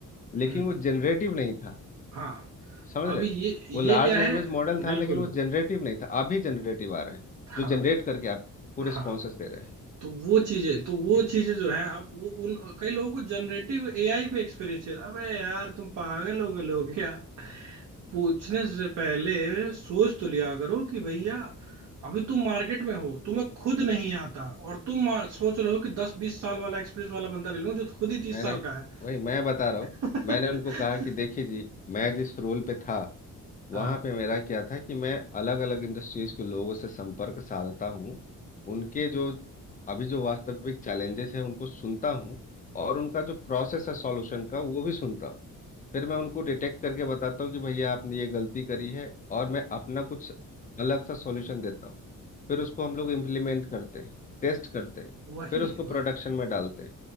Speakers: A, on the left; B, on the right.
A: लेकिन
B: हम्म,
A: वो जनरेटिव नहीं था
B: हाँ
A: समझ
B: अभी
A: रहे
B: ये ये
A: वो लार्ज
B: क्या है
A: लैंग्वेज मॉडल
B: बिल्कुल
A: था लेकिन वो जनरेटिव नहीं था अभी जनरेटिव आ रहे हैं
B: हाँ
A: जो जनरेट करके आपको
B: हाँ
A: रिस्पॉन्सेस दे रहे हैं
B: तो वो चीजें तो वो
A: ठीक है?
B: चीजें जो है अब वो उन कई लोगों को जनरेटिव एआई पे एक्सपीरियंस है अबे यार तुम पागल हो गए हो क्या पूछने से पहले सोच तो लिया करो कि भैया अभी तुम मार्केट में हो तुम्हें खुद नहीं आता और तुम मा- सोच रहे हो कि दस बीस साल वाला एक्सपीरियंस वाला बंदा ले लूं जो खुद ही तीस
A: मैंने
B: साल का है
A: वही मैं बता रहा हूँ
B: <laughs>
A: मैंने उनको कहा कि देखिए जी मैं जिस रोल पे था वहाँ
B: हाँ
A: पे मेरा क्या था कि मैं अलग अलग इंडस्ट्रीज के लोगों से संपर्क साधता हूँ उनके जो अभी जो वास्तविक चैलेंजेस हैं उनको सुनता हूँ और उनका जो प्रोसेस है सॉल्यूशन का वो भी सुनता हूँ फिर मैं उनको डिटेक्ट करके बताता हूँ कि भैया आपने ये गलती करी है और मैं अपना कुछ अलग सा सॉल्यूशन देता हूँ फिर उसको हम लोग इम्प्लीमेंट करते हैं टेस्ट करते हैं
B: वही
A: फिर उसको प्रोडक्शन
B: वही
A: में डालते हैं